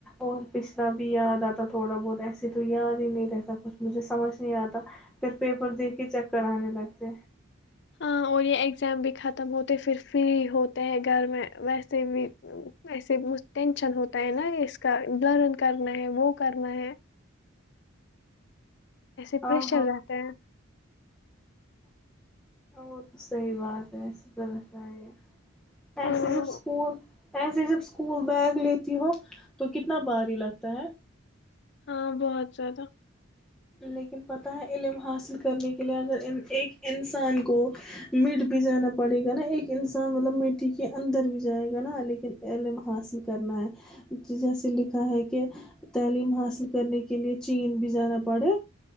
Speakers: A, in the centre; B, on the left.
A: اور پچھڑا بھی یاد آتا تھوڑا بہت ایسے تو یار ہی نہیں رہتا کچھ مجھے سمجھ نہیں آتا پھر پیپر دیک کے چیک کرانے لگتے
B: ہاں اور یہ اگزام بھی ختم ہوتے پھر فری ہوتے ہیں گھر میں ویسے بھی وسے ٹینشن ہوتا ہے نا اس کا لرن کرنا ہے وہ کرنا ہے ایسے
A: ہاں
B: پریش چل جاتے ہیں
A: ہ وہ تو صحی بات ہے ایسے تو رہس ہی ہے پسے
B: ہاں
A: جب اسکول پسے جب اسکول بیگ لیتی ہو تو کتنا باری لگتا ہے
B: ہاں بہت زیادہ
A: لیکن پت ہے علم حاصل کرنے کے لیے اگر ایک انسان کو مٹ بھی جانا پڑے گا نا ایک انسان مطلب مٹی کے اندر بھی جائے گا نا لیکن علم حاصل کرنا ہے جیسے لکھا ہے کہ تعلیم حاصل کرنے کے لے چین بھی جانا پڑے